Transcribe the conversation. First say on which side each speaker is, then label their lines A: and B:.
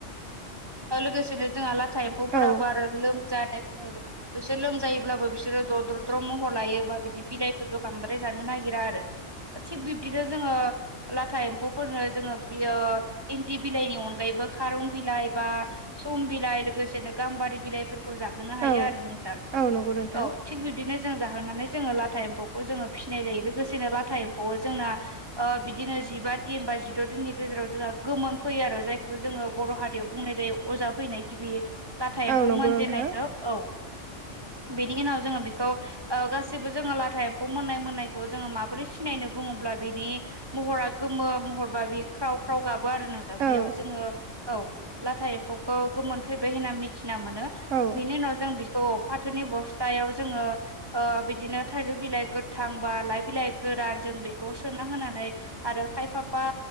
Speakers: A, on the right; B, on the right.
A: लोगोसेनो जोंहा लाथा एम्फौफोराबो
B: औ
A: आरो लोमजानाय <unintelligible> बिसोर लोमजायोब्लाबो बिसोरो दद्रद्र' महर लायोबा बिदि बिलाइफोरखौ बांद्राय जानो नागिरा आरो। थिग बिब्दिनो जोङो लाथा एम्फौफोरनो जोङो बियो इन्दि बिलाइनि अनगायैबो खारं बिलाइ बा सम बिलाइ लोगोसेनो गाम्बारि बिलाइफोर खौ जाहोनो हायो
B: औ
A: आरो नोंथां
B: औ नंगौ नोंथां
A: औ थि बिदिनो जों जाखांनानै जोङो लाथा एम्फौखौ जोङो फिनाय जायो लोगोसेनो लाथा एम्फौआव जोंना बिदिनो जिबा दिन बा जिद' दिननि गेजेराव जोंहा गोमोन फैयो आरो जायखौ जोङो बर' हारियाव बुंनाय जायो अजा फैनाय गिबि लाथा एम्फौ
B: औ नंगौ
A: मोनजेनायखौ
B: नोंथां
A: औ बेनि उनाव जोङो बेखौ गासिबो जोङो लाथा एम्फौ मोननाय मोननायखौ जोङो माबोरै सिनायनो बुङोब्ला बेनि महरा गोमो महरबा बे ख्राव ख्राव गाबो आरो नोंथां बेयाव
B: औ
A: जोङो औ लाथा एम्फौखौ गोमोन फैबाय होनना मिथिना मोनो
B: औ
A: बेनि उनाव जों बेखौ फाथोनि बस्थायाव जोङो बिदिनो थाइजौ बिलाइ गोथां बा लाइ बिलाइ गोरान जों बेखौ सोना होनानै आरो खायफाफा